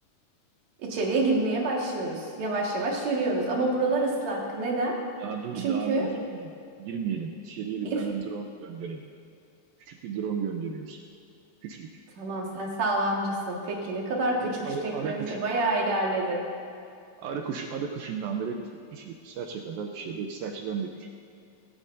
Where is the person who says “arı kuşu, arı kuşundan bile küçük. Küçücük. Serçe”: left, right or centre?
Right